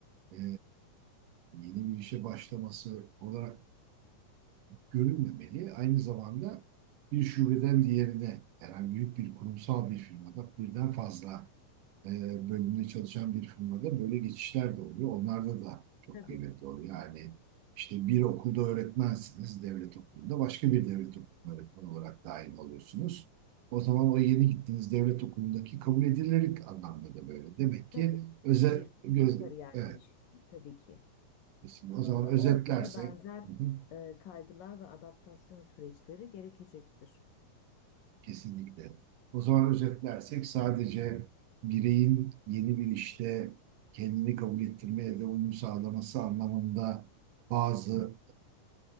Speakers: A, on the right; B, on the left.
A: e, yeni bir işe başlaması olarak görülmemeli. Aynı zamanda bir şubeden diğerine, yani büyük bir kurumsal bir firmada birden fazla e, bölümünde çalışan bir firmada böyle geçişler de oluyor. Onlarda da çok
B: Tabii.
A: kıymetli oluyor. Yani işte bir okulda öğretmensiniz, devlet okulunda başka bir devlet okulunda öğretmen olarak dahil oluyorsunuz. O zaman o yeni gittiğiniz devlet okulundaki kabul edilirlik anlamda da böyle. Demek
B: Tabii
A: ki özet,
B: bu da bir
A: göz
B: kariyer
A: evet
B: değişikliği tabii ki.
A: kesinlikle. O
B: Ee,
A: zaman özetlersek
B: orada da benzer
A: hı hı.
B: e, kaygılar ve adaptasyon süreçleri gerekecektir.
A: Kesinlikle. O zaman özetlersek sadece bireyin yeni bir işte kendini kabul ettirmeye de uyum sağlaması anlamında bazı